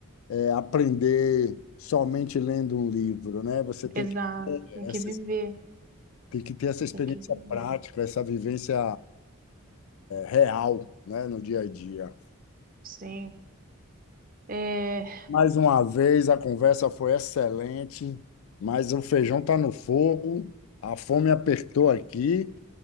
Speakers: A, on the left (about 70°); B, on the right (about 40°).
A: é, aprender somente lendo um livro, né? Você tem
B: exato.
A: que,
B: Tem
A: essa,
B: que viver,
A: tem que ter essa experiência
B: tem que viver.
A: prática, essa vivência real, né, no dia a dia.
B: Sim. É, <laughs>
A: Mais uma vez, a conversa foi excelente, mas o feijão está no fogo, a fome apertou aqui,